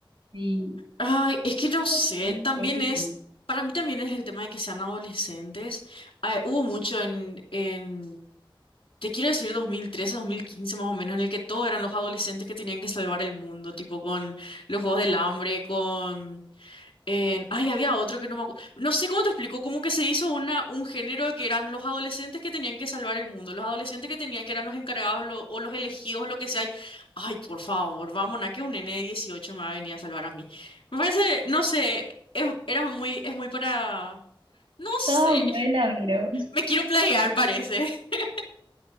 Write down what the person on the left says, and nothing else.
Ay, es que no
sé,
también
es, para mí también es el tema de que sean adolescentes. Ah, hubo mucho en, en, te quiero decir dos dos mil trece, dos mil quince más o menos, en el que todos eran los adolescentes que tenían que salvar el mundo, tipo con los Juegos del Hambre, con en- ay, había otro que no me acuerdo. No sé cómo te explico, como que se hizo una, un género que eran los adolescentes que tenían que salvar el mundo, los adolescentes que tenían que eran los encargados lo- o los elegidos, lo que sea. y- ay, por favor, vamos, a que un nene de 18 me va a venir a salvar a mí. Me parece, no sé, es, era muy, es muy para... No sé,
me quiero playar, parece. <laughs>